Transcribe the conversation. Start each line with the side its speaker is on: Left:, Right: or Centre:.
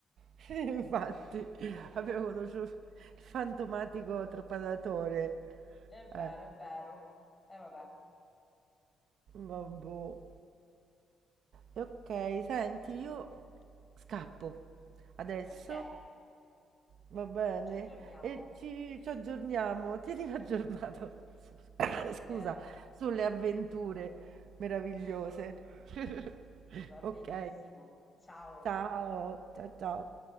Right: <laughs> Infatti,
Left: <laughs>
Right: avevo conosciuto il fantomatico trepadatore.
Left: È vero,
Right: Eh,
Left: è vero. E vabbè.
Right: ma boh. E Ok, senti,
Left: Ok,
Right: io scappo. Adesso
Left: ok,
Right: Va bene,
Left: ci aggiorniamo.
Right: e ci, ci aggiorniamo. Tienimi aggiornato, <coughs>
Left: Ok,
Right: scusa, sulle avventure meravigliose. <laughs>
Left: va
Right: Ok?
Left: benissimo. Ciao.
Right: Ciao, ciao, ciao.